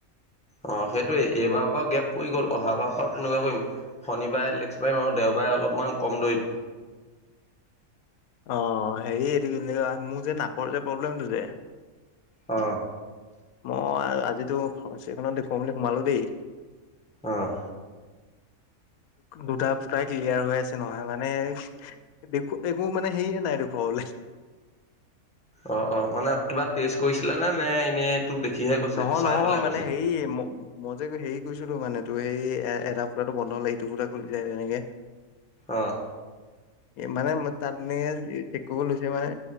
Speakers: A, in the centre; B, on the left.
A: হয় অ সেইটোয়ে এইবাৰ পৰা গেপ পৰি গ'ল অহাৰ পৰাও তেনেকুৱা কৰিম শনিবাৰে নেকসবাৰিম আৰু দেওবাৰে অলপমান কম দৌৰিম
B: অ হেৰি এইটো কি মোৰ যে নাকৰ যে প্ৰব্লেমটো যে
A: অ
B: মই আজিতো এই ফাৰ্মাচী এখনত দেখুৱাম বুলি সোমালো দেই
A: আহ
B: দুটা ফুটাই ক্লিয়াৰ হৈ আছে নহয় মানে দেখো একো মানে হেৰিয়ে নাই দেখো হলে
A: অ' অ' মানে কিবা টেষ্ট কৰিছিলা নে নে এনেই তোক দেখিহে কৈছে
B: নহয়
A: চাই
B: নহয়
A: পেলাই কৈছে
B: মানে হেৰি ম মই যে হে কৈছিলো মানে তো সেই এধটা পোাতটো বন্ধ হলাই ইটো পোা খ তেনেকে
A: আহ
B: মানে তাত এে চ ক লৈছে মানে